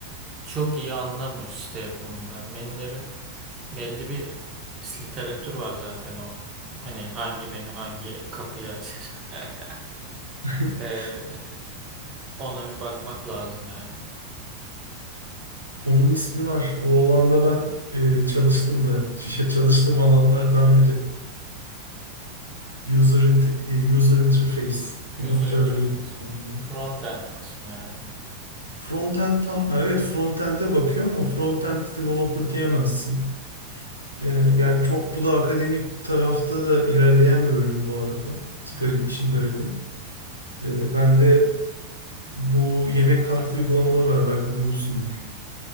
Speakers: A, on the right; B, on the left.
A: çok iyi anlamıyor site yapımından. Menülerin belli bir literatür var zaten o. Hani hangi menü hangi kapıyı açar. <laughs>
B: <laughs>
A: Ee, ona bir bakmak lazım yani.
B: onun ismi var. O alanda
A: Hı hı.
B: ben e, çalıştım da <laughs> çalıştığım alanlardan
A: Evet.
B: biri. User, inte- e, user interface, kullanıcı
A: User interface.
B: arayüzü falan diye.
A: Frontend kısmı yani.
B: Frontend tam evet frontend'e bakıyor ama frontend developer diyemezsin. E, yani çok bu da akademik tarafta da ilerleyen bir bölüm bu arada. İş gari-
A: Hı hı.
B: İşin garibi. E, ben de Bu yemek kartı uygulamaları var belki duymuşsundur.